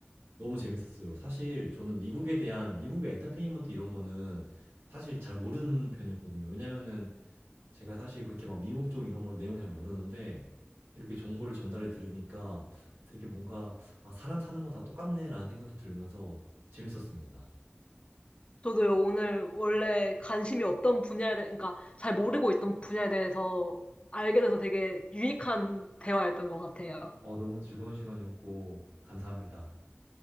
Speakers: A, on the right (about 65°); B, on the left (about 25°).
A: 너무 재밌었어요. 사실 저는 미국에 대한 미국의 엔터테인먼트 이런 거는 사실 잘 모르는 편이었거든요. 왜냐면은 제가 사실 그렇게 막 미국 쪽 이런 걸 내용을 잘 모르는데 이렇게 정보를 전달해 들으니까 되게 뭔가 아, 사람 사는 거 다 똑같네 라는 생각도 들면서 재밌었습니다.
B: 저도요, 오늘 원래 관심이 없던 분야에 대해, 그러니까 잘 모르고 있던 분야에 대해서 알게 돼서 되게 유익한 대화였던 것 같아요.
A: 어, 너무 즐거운 시간이었고 감사합니다.